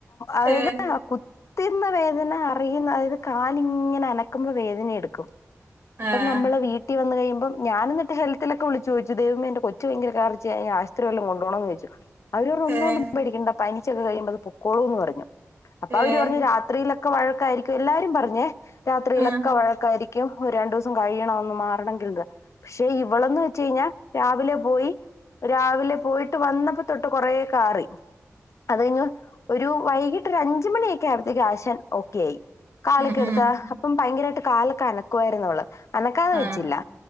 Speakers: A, on the left; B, on the right.
A: അതായത്
B: ഏഹ്
A: തിന്ന വേദന അറിയുന്ന അതായത് കാലിങ്ങനെ അനക്കുമ്പോൾ വേദന എടുക്കും അപ്പൊ
B: ആഹ്
A: നമ്മള് വീട്ടിൽ വന്ന് കഴ അപ്പം ഞാനെന്നിട്ട് ഹെൽത്തിലൊക്കെ ചോദിച്ചു ദേൈവമേ എന്റെ കൊച്ചുഭയങ്കര കാർച്ചയാ ഇനി ആശുപത്രിയിൽ വല്ലോം കൊണ്ടുപോണോന്ന് ചോദിച്ചു അവരുപറഞ്ഞു ഒന്നുകൊണ്ടുംപേടിക്കണ്ട
B: ഏഹ്
A: പനി കുറച്ചൊക്കെ കഴിയുമ്പോൾ അത് പൊക്കോളുമെന്ന് പറഞ്ഞു അപ്പൊ
B: ഏഹ്
A: അവര് പറഞ്ഞ് രാത്രിയിലാ ക്കെ വഴക്കായിരിക്കും എല്ലാരും പറഞ്ഞ് രാത്രിയിലക്കെ
B: ആഹ്
A: വഴക്കായിരിക്കും യ്യോ രണ്ടു ദിവസം കഴിയണം ഒന്ന് മാറണങ്കിൽ പക്ഷെ ഇവളെന്ന് വെച്ച് കഴിഞ്ഞാൽ രാവിലെ പോയി രാവിലെ പോയിട്ട് വന്നപ്പോ തൊട്ട് കൊറേ കാറി അത് കഴിഞ്ഞു ഒരു വൈകിട്ട് ഒരു അഞ്ചു മണി ആയപ്പോൾ കാലൊക്കെ
B: ഉം. ഉം, ഉം,
A: എടുത്താ അപ്പം ഭയങ്കര കാലൊക്കെ അനക്കുുവായിരുന്നുള്ളത് അനക്കാതെ
B: ആ,
A: വെച്ചില്ല